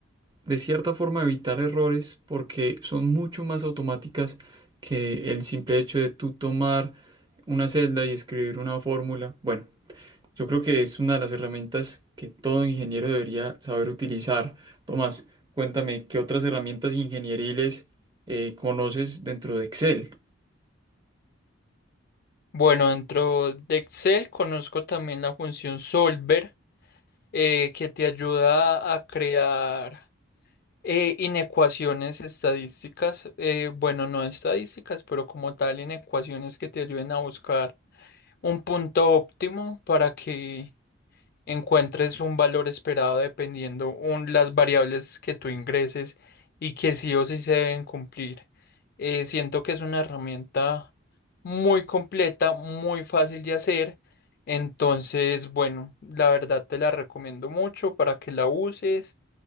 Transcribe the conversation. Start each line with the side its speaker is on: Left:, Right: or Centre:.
Right: de cierta forma, evitar errores porque son mucho más automáticas que el simple hecho de tú tomar una celda y escribir una fórmula. Bueno, yo creo que es una de las herramientas que todo ingeniero debería saber utilizar. Tomás, cuéntame, ¿qué otras herramientas ingenieriles eh, conoces dentro de Excel?
Left: Bueno, dentro de Excel conozco también la función solver, eh, que te ayuda a crear eh, inecuaciones estadísticas, eh, bueno, no estadísticas, pero como tal, inecuaciones que te ayuden a buscar un punto óptimo para que encuentres un valor esperado dependiendo un, las variables que tú ingreses y que sí o sí se deben cumplir. Eh, siento que es una herramienta muy completa, muy fácil de hacer. Entonces, bueno, la verdad te la recomiendo mucho para que la uses